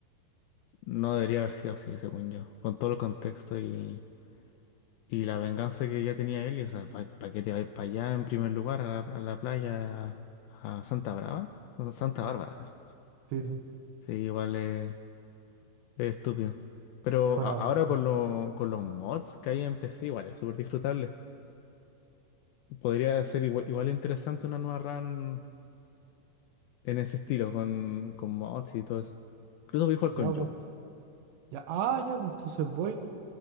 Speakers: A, on the left; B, on the right.
A: no debería haber sido así, según yo. Con todo el contexto y, y la venganza que ya tenía él. y, o sea, ¿para qué te vais para allá en primer lugar, a la, a la playa, a Santa Brava? O Santa Bárbara, eso.
B: Sí, sí,
A: Sí, igual es, es estúpido. Pero
B: fue
A: a-
B: una
A: ahora
B: basura.
A: con, lo- con los mods que hay en PC, igual es súper disfrutable. Podría ser igual, igual interesante una nueva run en ese estilo, con, con mods y todo eso. Incluso voy a jugar
B: Ya,
A: con Joel.
B: pues. Ya, ah, ya, pues entonces voy